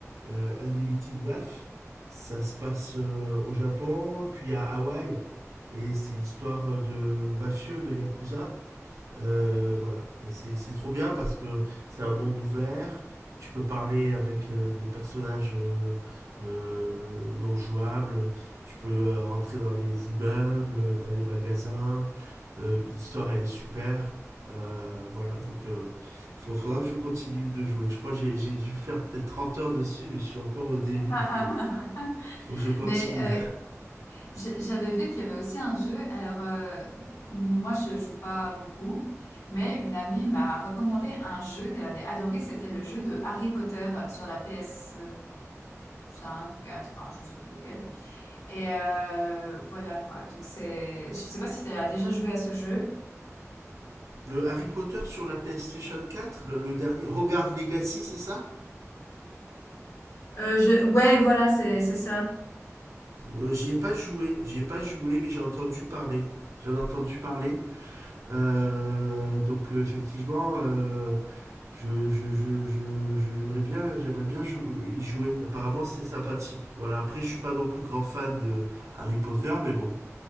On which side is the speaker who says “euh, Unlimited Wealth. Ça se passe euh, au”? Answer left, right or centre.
Right